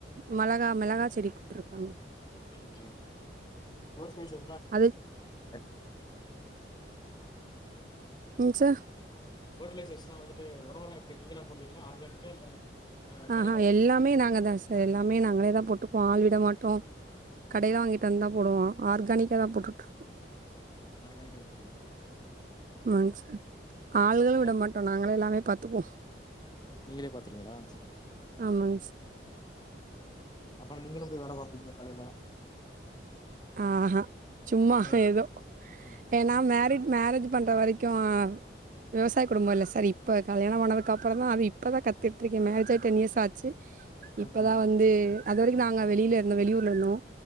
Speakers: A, on the right; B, on the left.
A: மளகா மிளகா செடி போட்ருக்காங்க
B: ஓகே ஓகே ஓகே ரோஸ் பேஸ்
A: அது
B: <inaudible>
A: ம் சார்
B: ஃபெர்ட்டிலைசேஷன் வந்துட்டு ஒரம்லா எப்டி நீங்கலா பண்ணுவீங்ளா ஆர்கானிக்கா இல்ல அ
A: ஆஹ்ஹா
B: கடையில வாங்கி
A: எல்லாமே நாங்க தா சார் எல்லாமே நாங்களே தா போட்டுப்போ ஆள் விட மாட்டோ கடைல
B: ஓகே.
A: வாங்கிட்டு வந்துந்தா போடுவா ஆர்கானிக்கா தா போட்டுட்ருக்கோ
B: ஆர்கானிக்கா தா போட்றீங்
A: ஆமாங் சார் ஆள்கள்
B: சில பேர்லாம்
A: விட மாட்டோ நாங்களே எல்லாமே பாத்துப்போ
B: நீங்களே பாத்ருவீங்ளா சூப்பர் சூப்பர் சூப்பர்
A: ஆமாங்க சார்
B: அப்ப நீங்களு போய் வேல பாப்பீங்க காலைல
A: ஆஹஹா சும்மா
B: ம்
A: ஏதோ
B: ம்
A: ஏன்னா மேரிட் மேரேஜ் பண்ற வரைக்கு அ விவசாய குடும்போ இல்ல சார் இப்போ கல்யாணமானதுக்கு அப்பறந்தா அது இப்பதா கத்துட் இருக்கே மேரேஜாயி டென் இயர்ஸ் ஆச்சு இப்பதா
B: ஓகே
A: வந்து அது வரைக்கு நாங்க வெளில இருந்தோ வெளியூர்ல இருந்தோ